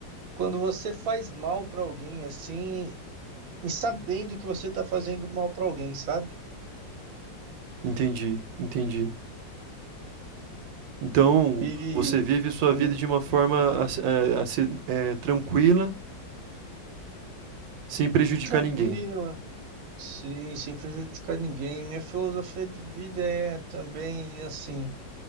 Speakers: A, on the right; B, on the right.
A: quando você faz mal para alguém assim, e sabendo que você tá fazendo mal para alguém, sabe?
B: Entendi, entendi. Então,
A: E
B: você vive sua
A: hum,
B: vida de uma forma a, se- eh, a ser eh, tranquila, sem prejudicar
A: tranquilo.
B: ninguém.
A: Sim, sem prejudicar ninguém. Minha filosofia de vida é também assim,